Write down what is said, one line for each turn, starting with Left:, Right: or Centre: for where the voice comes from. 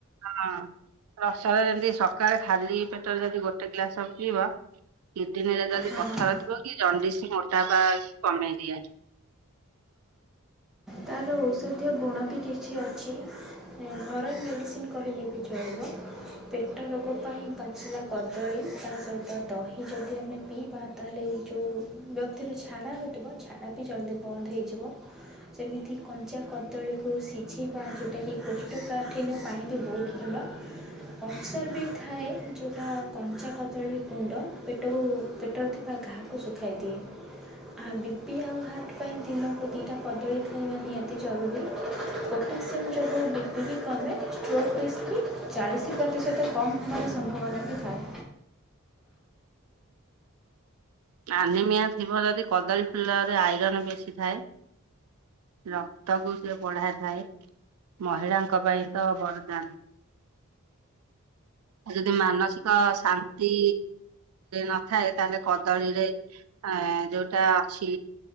Right: ହଁ। ରସରେ ଯେମତି ସକାଳେ ଖାଲି ପେଟରେ ଯଦି ଗୋଟେ ଗ୍ଲାସ ପିଇବ କିଡିନୀରେ ଯଦି
Centre: ହଁ।
Right: ପଥର ଥିବ କି ଦଣ୍ଡିସି ମୋଟା ପା କମେଇ ଦିଏ।
Centre: ତାର ଔଷଧୀୟ ଗୁଣ ବି କିଛି ଅଛି, ଏ ଘରୋଇ ମେଡ଼ିସିନ୍ କହିଲେ ବି ଚଳିବ। ପେଟ ରୋଗ ପାଇଁ ପାଚିଲା କଦଳୀ ତା ସହିତ ଦହି ଯଦି ଆମେ ପିଇବା ତାହେଲେ ଯୋଉ ବ୍ୟକ୍ତିର ଝାଡ଼ା ହେଉଥିବ ଝାଡ଼ା ବି ଜଲ୍ଦି ବନ୍ଦ ହେଇଯିବ ସେମିତି ତି କଞ୍ଚା କଦଳୀକୁ ସିଝେଇବା ଯେଉଁଟାକି କୋଷ୍ଠକାଠିନ ପାଇଁ ବି ବହୁତ ଭଲ। ଅଂସର ବି ଥାଏ ଯେଉଁଟା କଞ୍ଚା କଦଳୀ ଗୁଣ୍ଡ ପେଟକୁ ପେଟରେ ଥିବା ଘାଆକୁ ଶୁଖାଇ ଦିଏ ଆ ବି ପି ଆଉ ହାର୍ଟ ପାଇଁ ଦିନକୁ ଦିଟା କଦଳୀ ଖାଇବା ନିହାତି ଜରୁରୀ ପୋଟାସିୟମ୍ ଯୋଗୁଁ ବିପି ବି କମେ ଷ୍ଟ୍ରୋକ୍ ରିସ୍ପି ଚାଳିଶି ପ୍ରତିଶତ କମ୍ ହେବାର ସମ୍ଭାବନା ବି ଥାଏ।
Right: ଆନିମିଆ ଥିବ ଯଦି କଦଳୀ ଫୁଲରେ ଆଇରନ ବେଶୀ ଥାଏ। ରକ୍ତକୁ ସେ ବଢାଇ ଥାଏ ମହିଳାଙ୍କ ପାଇଁ ତ ବର ଦାନ। ଆଉ ଯଦି ମାନସିକ ଶାନ୍ତି ନଥାଏ ତାହେଲେ କ ଦଳିରେ ଆ ଯୋଉଟା ଅଛି